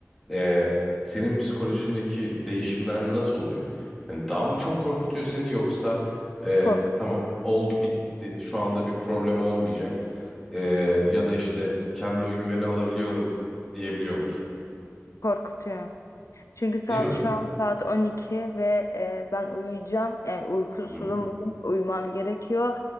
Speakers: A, in the centre; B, on the left.
A: ee, senin psikolojindeki değişimler nasıl oluyor? Hani daha mı çok korkutuyor seni yoksa e,
B: Korkutuyor.
A: tamam oldu bitti şu anda bir problem olmayacak Ee, ya da işte kendime güveni alabiliyorum diyebiliyor musun?
B: Korkutuyor. Çünkü saat
A: Değil mi?
B: şu an saat 12 ve e, ben uyuyacağım. E, uykusuzum
A: Hı hı.
B: bugün. Uyumam gerekiyor.